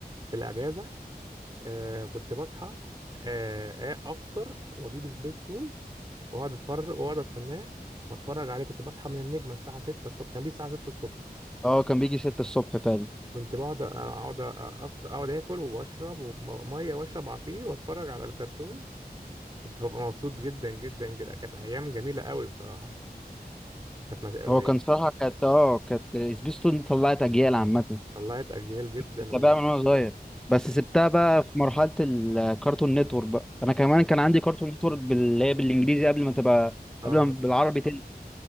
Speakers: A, on the right; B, in the centre.
A: في الاجازة آه كنت بصحى آه آه، افطر واجيب سبيستول واقعد اتفرج واقعد استناه واتفرج عليه كنت بصحى من النجمة الساعة 6 الصبح كان بيه الساعة 6 الصبح
B: اه كان بيجي ستة الصبح فعلا
A: كنت بقعد اقعد أفط- اقعد اكل واشرب وم- ميه واشرب عصير واتفرج على الكرتون كنت ببقى مبسوط جدا جدا جدا كانت ايام جميله قوي بصراحه يعني كانت مش قوي
B: هو كان صراحة كانت اه كانت سبيستون دي طلعت اجيال عامة
A: طلعت اجيال جدا
B: كنت
A: وانا
B: بقى من وانا صغير بس سبتها بقى في مرحلة الكارتون نتورك بقى انا كمان كان عندي كارتون نتورك بال- اللي هي بالانجليزي قبل ما تبقى
A: اه
B: قبل ما بالعربي تنزل